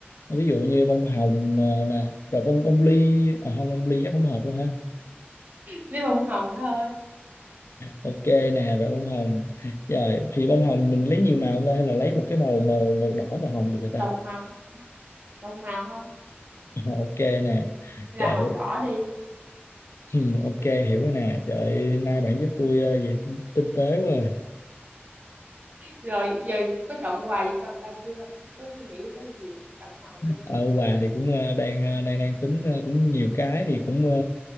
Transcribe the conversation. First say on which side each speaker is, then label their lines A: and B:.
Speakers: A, on the left; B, on the right.
A: ví dụ như bông hồng
B: Ừ.
A: ờ, nè rồi bông bông ly à, không bông ly chắc không hợp đâu ha
B: lấy bông hồng thôi
A: ok nè rồi bông hồng rồi thì bông hồng mình lấy nhiều màu không ta hay là lấy một cái màu màu màu đỏ màu hồng được rồi ta
B: chọn một màu chọn một màu thôi
A: <laughs> ok nè
B: hay
A: trời
B: là hồng đỏ đi
A: ừ, ok hiểu rồi nè trời nay bạn giúp tôi ờ, về tinh, tinh tế quá à.
B: rồi giờ có chọn quà gì cho người ta chưa có suy nghĩ tới việc tặng quà chưa
A: ờ, quà thì cũng ờ, đang ờ, đang đang tính ờ, cũng nhiều cái thì cũng ờ,